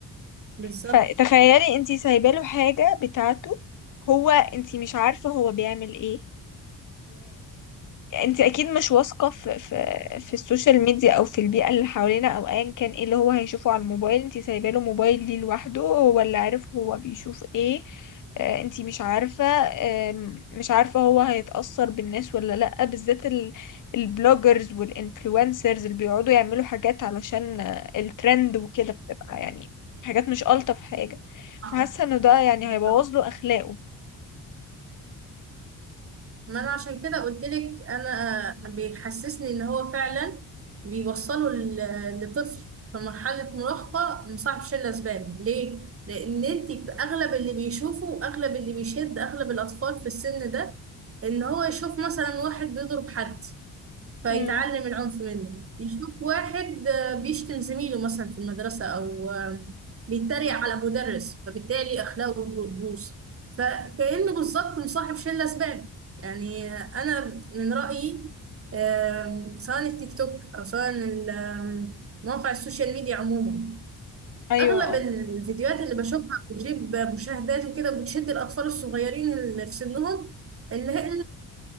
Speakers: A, on the right; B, on the left.
A: بالظبط
B: فتخيلي انتي سايباله حاجة بتاعته هو انتي مش عارفة هو بيعمل ايه انت اكيد مش واثقه في في في السوشيال ميديا او في البيئه اللي حوالينا او ايا كان ايه اللي هو هيشوفه على الموبايل انت سايبه له موبايل ليه لوحده هو اللي عارف هو بيشوف ايه آه، انت مش عارفه آم، مش عارفه هو هيتاثر بالناس ولا لا بالذات ال- البلوجرز والانفلونسرز اللي بيقعدوا يعملوا حاجات علشان آه، الترند وكده بتبقى يعني حاجات مش الطف حاجه
A: اه
B: فحاسه انه ده يعني
A: بالظبط
B: هيبوظ له اخلاقه
A: ما أنا عشان كده قلت لك أنا بيحسسني إن هو فعلا بيوصله ل- لطفل في مرحلة مراهقة مصعب شلة زبالة ليه؟ لأن أنت في أغلب اللي بيشوفه وأغلب اللي بيشد أغلب الأطفال في السن ده إن هو يشوف مثلا واحد بيضرب حد فيتعلم
B: امم
A: العنف منه يشوف واحد آه، بيشتم زميله مثلا في المدرسة أو آه، بيتريق على مدرس فبالتالي أخلاقه بتبوظ فكأنه بالظبط مصاحب شلة زبالة يعني آه، أنا من رأيي آم، سواء التيك توك أو سواء ال- آم، مواقع السوشيال ميديا عموما
B: ايوه
A: أغلب
B: اه
A: الفيديوهات اللي بشوفها بتجيب مشاهدات وكده بتشد الأطفال الصغيرين اللي في سنهم اللي هي